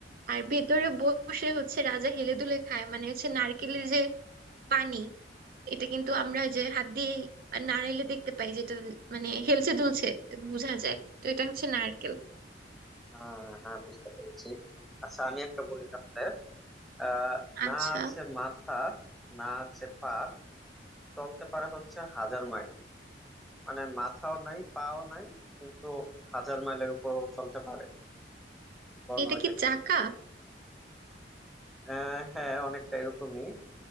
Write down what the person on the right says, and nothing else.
আর ভেতরে বসে হচ্ছে রাজা হেলে দুলে খায় মানে হচ্ছে নারকেলের যে পানি এটা কিন্তু আমরা যে হাত দিয়ে নাড়াইলে দেখতে পাই যেটা মানে হেলছে দুলছে এটা বোঝা যায় তো এটা হচ্ছে নারকেল
আচ্ছা
এটা
কি চাকা